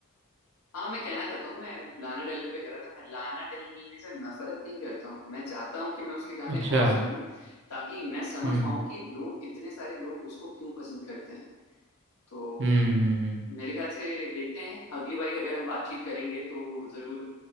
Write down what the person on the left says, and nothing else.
हाँ मैं कहना चाहता हूँ मैं लाना डेल रे पे कह रहा था मैं लाना डेल रे से नफरत नहीं करता हूँ मैं चाहता हूँ कि मैं उसके गाने
और सुनूं ताकि मैं समझ
पाऊँ कि लोग इतने सारे लोग उसको क्यों पसंद करते हैं तो
मेरे ख्याल से देखते हैं अगली बारी अगर हम बातचीत करेंगे तो जरूर